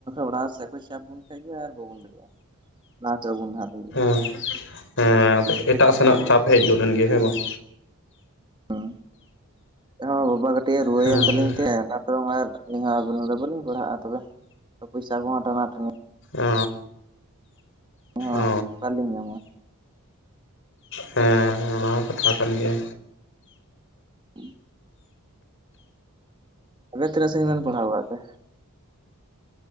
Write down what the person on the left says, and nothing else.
ᱦᱩᱸ᱾ ᱦᱮᱸ ᱮᱴᱟᱜ ᱥᱮᱱᱟᱜ ᱪᱟᱯ ᱦᱮᱡ ᱜᱚᱫ ᱮᱱᱜᱮᱭᱟ ᱦᱮᱸ ᱵᱟᱝ?
ᱦᱮᱸ
ᱚ
ᱚᱻ
ᱦᱮᱸ ᱚᱱᱟ ᱦᱚᱸ ᱠᱟᱛᱷᱟ ᱠᱟᱱ ᱜᱮᱭᱟᱹ